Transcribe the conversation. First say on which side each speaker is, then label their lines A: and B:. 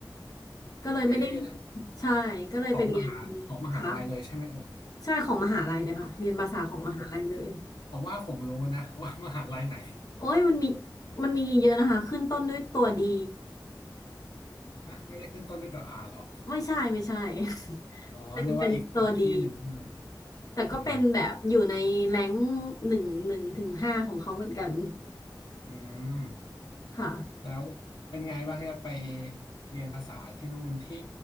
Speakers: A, on the left; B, on the left.
A: ก็เลยไม่ได้
B: เออ
A: ใช่ก็เลยไปเรียน
B: ของมหาของมหาลัยเลยใช่ไหมเอ่ย
A: ค่ะใช่ของมหาลัยเลยค่ะเรียนภาษาของมหาลัยเลย
B: เพราะผมผมว่าผมรู้นะ <laughs> ว่ามหาลัยไหน
A: โอ้ยมันมีมันมีเยอะนะคะขึ้นต้นด้วยตัวดี
B: อ่ะไม่ได้ขึ้นต้นด้วยตัวอาเหรอ
A: ไม่ใช่ไม่ใช่
B: อ๋อนึกว่าอีกอีกที่หนึ่งขึ้นมา
A: <laughs> เป็นเป็นตัวดี แต่ก็เป็นแบบอยู่ในแรง
B: พอดี
A: หนึ่งหนึ่งถึงห้าของเขาเหมือนกัน
B: อืม
A: ค่ะ
B: แล้วเป็นไงบ้างครับไปเรียนภาษาที่นู่นที่